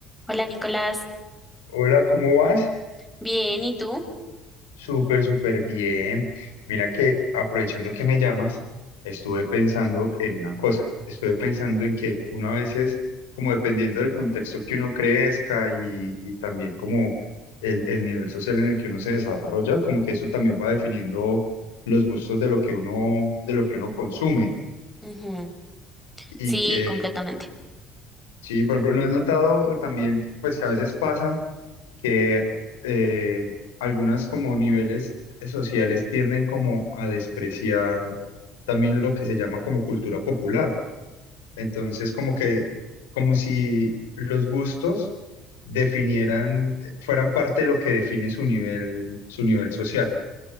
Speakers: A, in the centre; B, on the left (about 85°).
A: Hola Nicolás,
B: Hola, ¿cómo vas?
A: bien, ¿y tú?
B: Súper, súper bien. Mira que aprovechando que me llamas, estuve pensando en una cosa. Estuve pensando en que uno a veces, como dependiendo del contexto que uno crezca y, y también como el, el nivel social en el que uno se desarrolla, como que eso también va definiendo los gustos de lo que uno, de lo que uno consume.
A: Ujú,
B: Y
A: Sí,
B: que,
A: completamente.
B: sí, por ejemplo, no he notado también, pues que a veces pasa. que eh, algunas como niveles sociales tienden como a despreciar también lo que se llama como cultura popular. Entonces, como que, como si los gustos definieran, eh, fueran parte de lo que define su nivel, su nivel social.